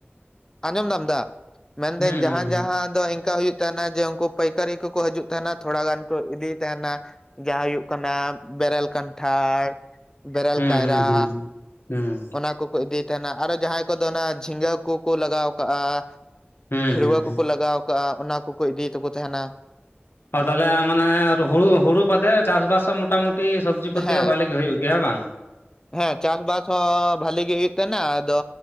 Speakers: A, on the left (about 15°); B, on the left (about 65°).
A: ᱟᱸᱡᱚᱢ ᱫᱟᱢ ᱫᱟ ᱢᱮᱱᱫᱟᱹᱧ
B: ᱦᱩᱸ
A: ᱡᱟᱦᱟᱸ
B: ᱦᱩᱸ
A: ᱡᱟᱦᱟᱸ ᱫᱚ ᱤᱱᱠᱟ ᱦᱩᱭᱩᱜ ᱛᱟᱦᱮᱱᱟ ᱡᱮ ᱩᱱᱠᱩ ᱯᱟᱹᱭᱠᱟᱹᱨᱤ ᱠᱚᱠᱚ ᱦᱤᱡᱩᱜ ᱛᱟᱦᱮᱱᱟ ᱛᱷᱚᱲᱟ ᱜᱟᱱ ᱠᱚ ᱤᱫᱤᱭᱮ ᱛᱟᱦᱮᱱᱟ ᱡᱟᱦᱟᱸ ᱦᱩᱭᱩᱜ ᱠᱟᱱᱟ ᱵᱮᱨᱮᱞ ᱠᱟᱱᱴᱷᱟᱲ ᱵᱮᱨᱮᱞ
B: ᱦᱩᱸ
A: ᱠᱟᱭᱨᱟ
B: ᱦᱩᱸ ᱦᱩᱸ ᱦᱩᱸ
A: ᱚᱱᱟ ᱠᱚᱠᱚ ᱤᱫᱤᱭ ᱛᱟᱦᱮᱱᱟ ᱟᱨᱚ ᱡᱟᱦᱟᱸᱭ ᱠᱚᱫᱚ ᱚᱱᱟ ᱡᱷᱤᱸᱜᱟᱹ ᱠᱚᱠᱚ ᱞᱟᱜᱟᱣ ᱠᱟᱜᱼᱟ
B: ᱦᱩᱸ
A: ᱠᱷᱲᱣᱟᱹ
B: ᱦᱩᱸ ᱦᱩᱸ
A: ᱠᱚᱠᱚ ᱞᱟᱜᱟᱣ ᱠᱟᱜᱼᱟ ᱚᱱᱟ ᱠᱚᱠᱚ ᱤᱫᱤᱭ ᱛᱟᱠᱚ ᱛᱟᱦᱮᱱᱟ
B: ᱦ ᱛᱟᱦᱚᱞᱮ ᱢᱟᱱᱮ ᱦᱩᱲᱩ ᱦᱩᱲᱩ ᱵᱟᱫᱮ ᱪᱟᱥ ᱵᱟᱥ ᱢᱮ ᱢᱚᱴᱟᱢᱩᱴᱤ ᱥᱚᱵᱡᱤ ᱯᱟᱹᱛᱤ
A: ᱦᱮᱸ
B: ᱦᱚᱸ ᱵᱷᱷᱟᱮ ᱜᱮ ᱦᱩᱭᱩᱜ ᱜᱮᱭᱟ ᱵᱟᱝ
A: ᱦᱮᱸ ᱪᱟᱥᱵᱟᱥ ᱦᱚᱸ ᱵᱷᱟᱞᱤ ᱜᱮ ᱦᱩᱭᱩᱜ ᱛᱟᱦᱮ ᱟᱫᱚ